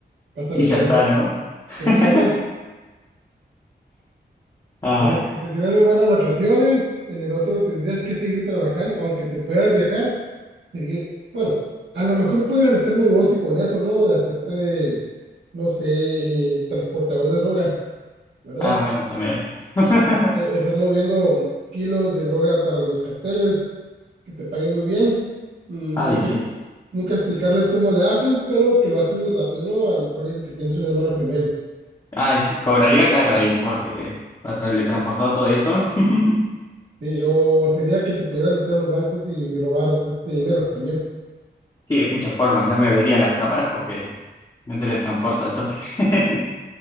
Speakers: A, on the right (about 75°); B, on the left (about 25°).
A: vas a
B: y
A: viajar
B: ya está,
A: a gusto.
B: ¿no? <laughs>
A: Pues sí, ¿verdad?
B: Ay,
A: O sea, que tendrías muy buenas vacaciones, en el otro tendrías que seguir trabajando, aunque te puedas viajar, seguir- bueno, a lo mejor pudieras hacer negocio con eso, ¿no? De hacerte, de, no sé, eh, transportador de droga, ¿verdad?
B: ah, bueno, también. <laughs>
A: E- estar moviendo kilos de droga para los carteles, que te paguen muy bien. Mm,
B: Ay,
A: Nunca,
B: sí.
A: es- nunca explicarles cómo le haces, pero que lo haces muy rápido, ¿no? A lo mejor dices que tienes un hermano gemelo.
B: Ay, sí, cobraría caro ahí porque para tra- le
A: eh,
B: transportar todo eso. <laughs>
A: Sí, o sería que te pudieras meter a los bancos y robar este dinero también.
B: Sí, hay muchas formas. No me verían las cámaras porque me teletransporto al toque. <laughs>